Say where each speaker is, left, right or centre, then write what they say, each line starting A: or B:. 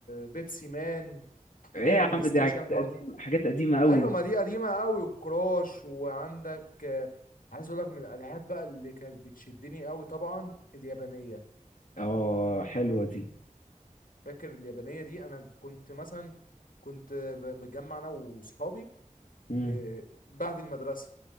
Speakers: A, on the left; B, on the left.
A: بيبسي مان
B: ايه
A: دي كانت
B: يا
A: بلاي
B: عم دي
A: ستيشن
B: حاجات قديمة
A: برضو
B: حاجات قديمة قوي
A: ايوه ما دي قديمه قوي وكراش وعندك آه، عايز اقول لك من الالعاب بقى اللي كانت بتشدني قوي طبعا اليابانيه
B: اه حلوة دي
A: فاكر اليابانيه دي انا كنت مثلا كنت ب- بتجمع انا واصحابي
B: مم.
A: إيه، بعد المدرسه